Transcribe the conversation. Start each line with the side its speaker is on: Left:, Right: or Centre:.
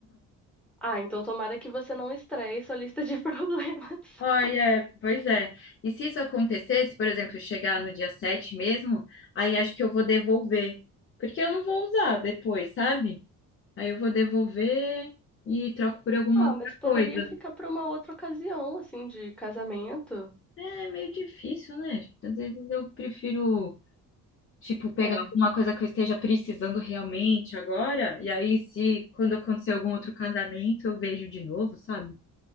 Centre: Ah, então tomara que você não estreie sua lista de <laughs> problemas.
Left: Ai, é, pois é. E se isso acontecesse, por exemplo, chegar no dia 7 mesmo, aí acho que eu vou devolver, porque eu não vou usar depois, sabe? Aí eu vou devolver e troco por alguma
Centre: Ah,
Left: outra
Centre: mas poderia
Left: coisa.
Centre: ficar para uma outra ocasião, assim, de casamento.
Left: É meio difícil, né? Às vezes eu prefiro, tipo, pegar
Centre: É.
Left: alguma coisa que eu esteja precisando realmente agora, e aí se quando acontecer algum outro casamento, eu vejo de novo, sabe?